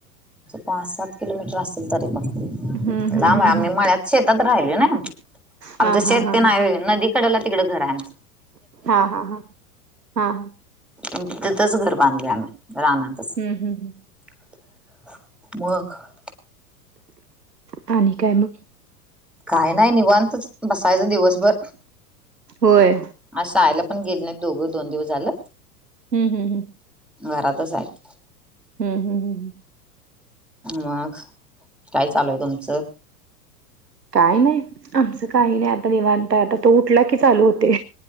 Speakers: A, in the centre; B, on the right.
A: पाच सात किलोमीटर असतील तरी पण
B: हम्म हम्म
A: लाब
B: हम्म
A: आम्ही मळ्यात शेतात राहिल ना आमचं
B: हा
A: शेत
B: हा हा
A: ते नाही नदी तिकडला तिकडे घरा आहे
B: हा हा हा हा हा
A: तिथंच घर बांधले आम्ही राहनाचा
B: हम् हम् हम
A: म
B: हाणी काय म
A: काय नाही निबांतच बसायचं दिवसभर
B: होय
A: आहायला पण गेले नाही दोघ दोन दिवस झालं
B: हम्म हम्म
A: घरातच आहेत
B: हम् हम् हम
A: मग काय चालूय तुमचं
B: काही नाही आमचं काही नाही आता निवांतय आता तो उठला की चालू होते